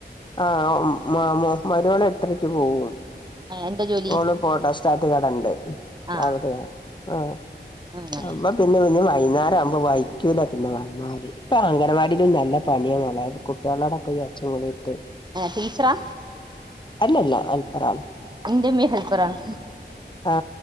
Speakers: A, on the left; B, on the right.
A: ആ മ് മ മരോള് ഏട്ടരക്ക് പോവും.
B: എന്താ ജോലി
A: ഓള് പോട്ടോസ്റ്റാറ്റ് കടണ്ട്.
B: ആ
A: അവടെയ ആ
B: അങ്ങനെ
A: അപ്പ പിന്നെ <unintelligible> വൈന്നേരാവുമ്പോ വൈക്കൂല. പിന്നെ വന്നാല് ഇപ്പൊ അംഗനവാടിലും നല്ല പണിയാ മോളെ കുട്ടികളോടൊക്കെ ഈ ഒച്ചയിങ്ങനെടുത്തിട്ട്
B: ടീച്ചറാ
A: അല്ലല്ല അൽപ്പറാണ്.
B: എന്റുമ്മേം ഹെൽപറാണ്.
A: ആ